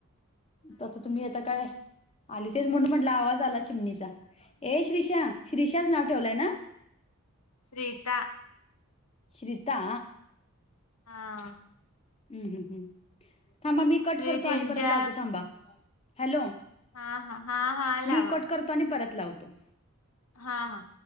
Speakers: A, on the left; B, on the left.
A: आता तुम्ही येता काय आली तेच म्हणून म्हटलं आवाज आला चिमणीचा ए श्रीषा श्रीषाच नाव ठेवलंय ना
B: श्रीता
A: श्रिता
B: हा
A: हम्म हम् हम् थांबा मी कट
B: श्वे
A: करतो
B: त्यांच्या
A: आणि परत लावतो थांबा हॅलो
B: हा हा हा हा अलावा
A: मी कट करतो आणि परत लावतो
B: हा हा